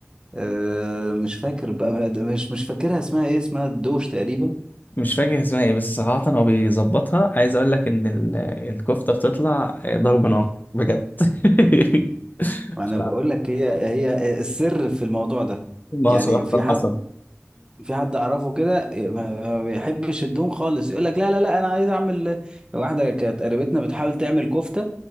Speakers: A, on the right; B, on the left.
A: آه مش فاكر بقى بقى- مش مش فاكرها اسمها ايه اسمها الدوش تقريبا
B: مش فاكر اسمها ايه بس صراحه هو بيظبطها عايز اقول لك ان ال- الكفته بتطلع آه، ضرب نار بجد
A: م-
B: <laughs>
A: م. انا
B: ف-
A: بقول لك هي هي السر في الموضوع ده
B: ما
A: يعني
B: هو صراحه
A: في حد
B: حصل
A: في حد اعرفه كده ما ما بيحبش الدهون خالص يقول لك لا لا لا انا عايز اعمل واحده كانت قريبتنا بتحاول تعمل كفته